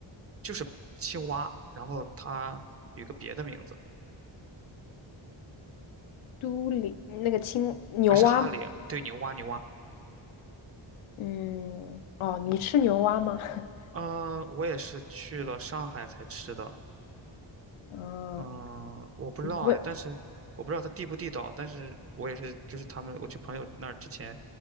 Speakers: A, on the right; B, on the left.
A: 就是青蛙，然后它有一个别的名字，
B: 都里那个青牛蛙吗？
A: 还是哈林，对，牛蛙牛蛙。
B: 嗯，哦，你吃牛蛙吗？<laughs>
A: 嗯、我也是去了上海才吃的，
B: 嗯，
A: 嗯、我不知道哎，
B: 我，
A: 但是我不知道它地不地道，但是我也是，就是他们我去朋友那儿之前，